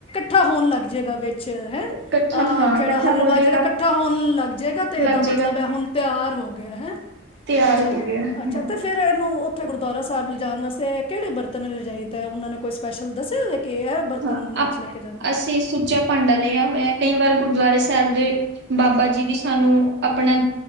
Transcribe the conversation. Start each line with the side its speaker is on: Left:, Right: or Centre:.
Left: ਕੱਠਾ ਹੋਣ ਲੱਗਏਗਾ ਵਿੱਚ ਹੈ
Right: ਇਕੱਠਾ ਹਾਂ
Left: ਜਿਹੜਾ
Right: ਇਕੱਠਾ
Left: ਹਲਵਾ
Right: ਹੋ ਜਾਏਗਾ
Left: ਜਿਹੜਾ ਇਕੱਠਾ ਹੋਣ ਲੱਗ ਜਾਏਗਾ ਤੇ
Right: ਲੱਗ
Left: ਇਹਦਾ ਮਤਲਬ
Right: ਜਾਏਗਾ
Left: ਹੈ ਹੁਣ ਤਿਆਰ ਹੋ ਗਿਆ ਹੈ
Right: ਤਿਆਰ
Left: ਅੱਛਾ
Right: ਹੋ ਗਿਆ ਹਾਂ
Left: ਅੱਛਾ ਤੇ ਫੇਰ ਇਹਨੂੰ ਉੱਥੇ ਗੁਰਦੁਆਰਾ ਸਾਹਿਬ ਲਿਜਾਣ ਵਾਸਤੇ ਕਿਹੜੇ ਬਰਤਨ ਲਿਜਾਈਏ ਉਹਨਾਂ ਨੇ ਕੋਈ ਸਪੈਸ਼ਲ ਦੱਸਿਆ ਹੋਇਆ ਕਿ ਇਹ ਬਰਤਨ
Right: ਹਾਂ
Left: ਵਿੱਚ ਲੈ ਕੇ ਜਾਣਾ
Right: ਅਸੀਂ ਸੁੱਚਾ ਭਾਂਡਾ ਲਿਆ ਹੋਇਆ ਕਈ ਵਾਰ ਗੁਰਦੁਆਰੇ ਸਾਹਿਬ ਦੇ ਬਾਬਾ ਜੀ ਵੀ ਸਾਨੂੰ ਆਪਣਾ